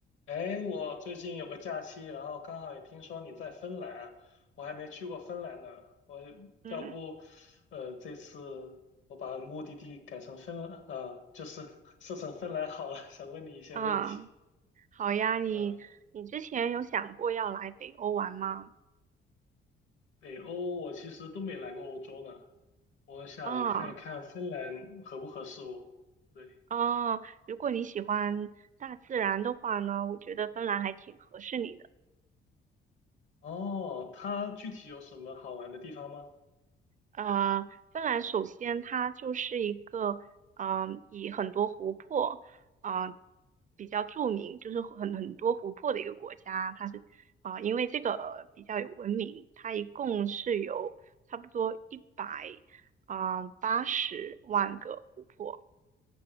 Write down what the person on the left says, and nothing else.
哎，我最近有个假期，然后刚好也听说你在芬兰啊，我还没去过芬兰呢。我要不，
呃，这次我把目的地改成芬兰，啊、就是 <laughs> 设成芬兰好了。想问你一些问题。
呃，北欧我其实都没来过欧洲呢，我想看一看芬兰合不合适我。
对，
哦，它具体有什么好玩的地方吗？